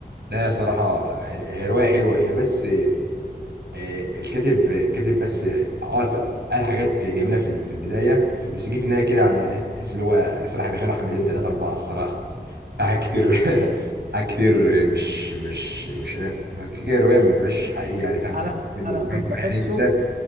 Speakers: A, on the right; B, on the right.
A: لا صراحة هي رواية حلوة هي بس آه، الكاتب كاتب بس اه الف- قال حاجات جميلة في ال- في البداية في- بس جه في النهاية كده يعني إيه، احس اللي هو صراحة بيخلوا حبتين تلاتة أربعة الصراحة حاجات كتير <laughs> حاجات كتير مش مش مش آه، ما كده كده الرواية ما بتبقاش حقيقية يعني فيها فيها
B: انا
A: كتير من-
B: انا كنت
A: <laughs>
B: بحسه
A: حاجات كتير